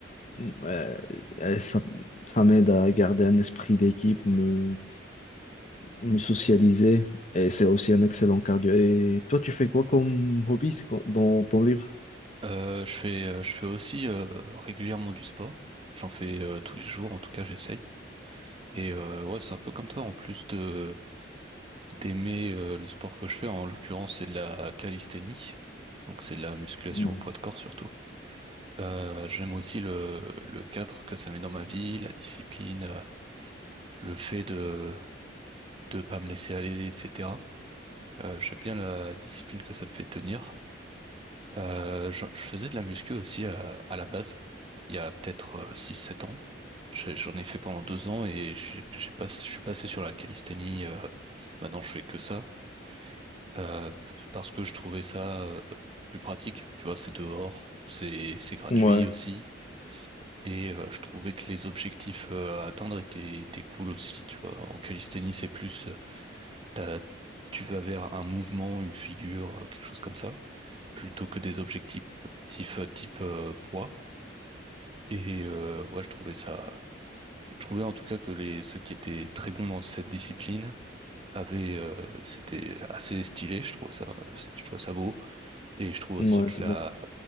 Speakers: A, on the left (about 35°); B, on the right (about 30°).
A: Mm, Euh, et ça, ça m'aide à garder un esprit d'équipe, me, me socialiser. Et c'est aussi un excellent cardio. Et toi, tu fais quoi comme hobby dans ton livre?
B: Euh, je fais, euh, je fais aussi euh, régulièrement du sport. J'en fais euh, tous les jours, en tout cas j'essaye. Et euh, ouais, c'est un peu comme toi, en plus de d'aimer euh, le sport que je fais, en l'occurrence c'est de la calisthénie, donc c'est de la musculation
A: Mm.
B: au poids de corps surtout. Euh, j'aime aussi le, le cadre que ça met dans ma vie, la discipline, euh, le fait de de pas me laisser aller, etc. Euh, j'aime bien la discipline que ça me fait tenir. Euh, je, je faisais de la muscu aussi euh, à, la base, il y a peut-être euh, six sept ans. J'ai- J'en ai fait pendant deux ans et j'ai, j'ai pas, je suis passé sur la calisthénie. euh, maintenant, je fais que ça euh, p- parce que je trouvais ça euh, plus pratique. Tu vois, c'est dehors, c'est c'est gratuit
A: Ouais,
B: aussi. Et euh, je trouvais que les objectifs euh, à atteindre étaient, étaient cool aussi. Tu vois, en calisthénie, c'est plus, euh, t'as- tu vas vers un mouvement, une figure, euh, quelque chose comme ça. plutôt que des objectifs tif- type euh, poids. Et euh, ouais, je trouvais ça, je trouvais en tout cas que les ceux qui étaient très bons dans cette discipline avaient, euh, c'était assez stylé. Je trouvais ça, je trouvais ça beau. Et je trouve aussi
A: ouais,
B: que
A: c'est
B: la
A: bon.